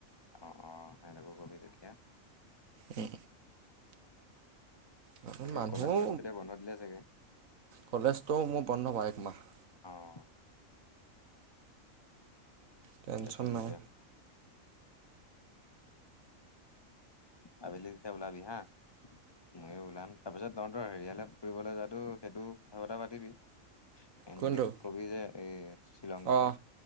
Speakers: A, on the left; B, on the right.
A: অ' অ' সেহতকো কবি তেতিয়া।
B: উম। নতুন
A: বাকী
B: মানুহ,
A: কলেজ চলেজটো এতিয়া বন্ধ দিলে চাগে
B: কলেজটোও মোৰ বন্ধ বাৰু একমাহ।
A: অ'।
B: টেনশ্যন
A: ঠিক আছে তেতিয়া
B: নাই।
A: আবেলি তেতিয়া ওলাবি হা, ময়ো ওলাম তাৰপিছত তহতৰ হেৰিয়ালে ফুৰিবলৈ যোৱাতো সেইটো কথা চথা পাতিবি। এহেত
B: কোনটো
A: কিতাক কবি যে এই শ্বিলং যোৱাটো
B: অঁ